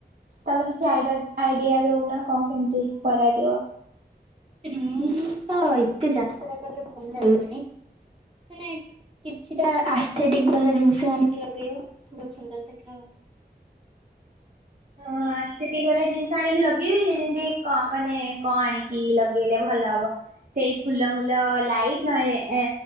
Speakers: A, on the right (about 50°); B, on the right (about 35°).
A: ତମେ କିଛି ଆଇଡିଆ ଆଇଡିଆ ଦଉନ କଣ କେମିତି କରାଯିବ?
B: ମୁଁ ତ ଏତେ ଯାତ୍ରା କଲେ ଭଲ ଲାଗିବନି ମାନେ କିଛିଟା ଆସ୍ଥେଟିିକ୍ ବାଲା ଜିନିଷ ଆଣିକି ଲଗେଇବ ବହୁତ ସୁନ୍ଦର ଦେଖା ହବ।
A: ହଁ ଆସ୍ଥେଟିକ୍ ବାଲା ଜିନିଷ ଆଣିକି ଲଗେଇବି ଯେମିତି କ ମାନେ କଣ ଆଣିକି ଲଗେଇଲେ ଭଲ ହବ ସେଇ ଫୁଲ ମୁଲ ଲାଇଟ୍ ନହେଲେ